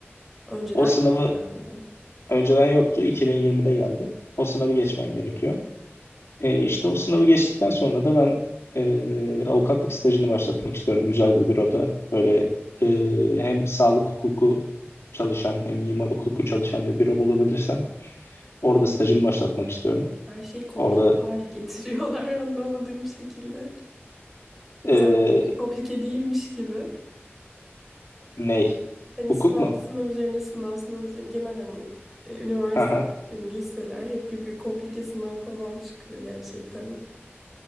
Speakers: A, in the centre; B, on the left (about 75°).
A: Önceden
B: O sınavı
A: yok yani.
B: önceden yoktu. 2020'de geldi. O sınavı geçmen gerekiyor. E, işte o sınavı geçtikten sonra da ben e, avukatlık stajını başlatmak istiyorum. Güzel bir büroda. Böyle e, hem sağlık hukuku çalışan hem imar hukuku çalışan bir büro bulabilirsem orada stajımı başlatmak istiyorum.
A: Her şeyi komplike
B: Orada
A: hale getiriyorlar <laughs> anlamadığım şekilde.
B: e,
A: Zaten hiç komplike değilmiş gibi.
B: Ney?
A: Hani
B: Hukuk
A: sınav,
B: mu?
A: sınav üzerine sınav, sınav üzerine genel hani e, üniversiteler
B: Haha.
A: yani liseler hep bir, bir komplike sınav falan çıkıyor gerçekten.